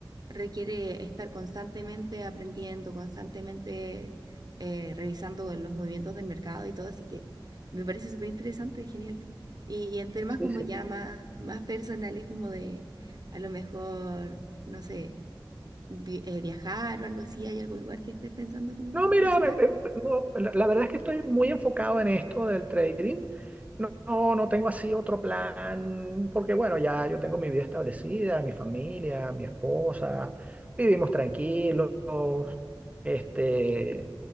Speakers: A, on the right; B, on the right.
A: requiere estar constantemente aprendiendo, constantemente eh, revisando los movimientos del mercado y todo, así que me parece súper interesante, genial. Y, y en temas
B: Sí,
A: como
B: sí.
A: ya más, más personales, como de a lo mejor, no sé vi- eh, viajar o algo así? ¿Hay algún lugar que estés pensando como
B: No, mira,
A: visitar?
B: em- em- no, la la verdad es que estoy muy enfocado en esto del trading. No, no, no tengo así otro plan, porque bueno, ya yo tengo mi vida establecida, mi familia, mi esposa, vivimos tranquilos, este,